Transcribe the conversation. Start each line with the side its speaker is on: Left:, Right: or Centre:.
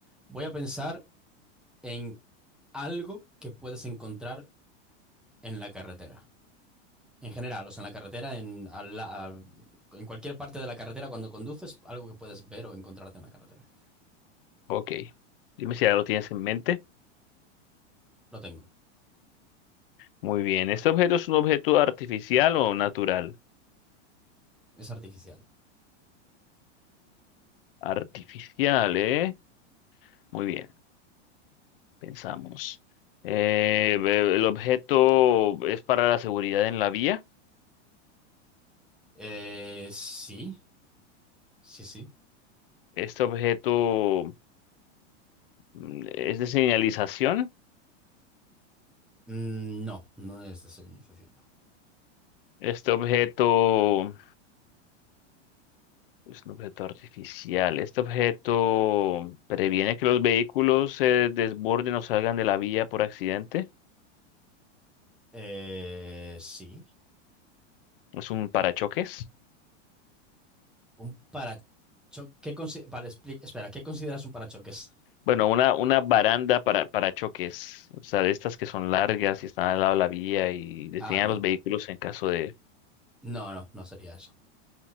Centre: Voy a pensar en algo que puedes encontrar en la carretera. En general, o sea, en la carretera, en, al la- al- en cualquier parte de la carretera cuando conduces, algo que puedes ver o encontrarte en la carretera.
Left: Ok, dime si ya lo tienes en mente.
Centre: Lo tengo.
Left: Muy bien, ¿este objeto es un objeto artificial o natural?
Centre: Es artificial.
Left: Artificial, ¿eh? Muy bien. Pensamos. Eh, el objeto es para la seguridad en la vía.
Centre: Eh, sí, sí, sí.
Left: Este objeto mm, es de señalización.
Centre: Mm, No, no es desalinización, no.
Left: Este objeto es un objeto artificial. Este objeto previene que los vehículos se desborden o salgan de la vía por accidente.
Centre: Eh, sí.
Left: Es un parachoques.
Centre: Un parachoques. ¿Qué consi- vale, expli- espera, ¿qué consideras un parachoques?
Left: Bueno, una, una baranda para parachoques. O sea, de estas que son largas y están al lado de la vía y detienen
Centre: Ah, n-
Left: a los vehículos en caso de...
Centre: no, no, no sería eso.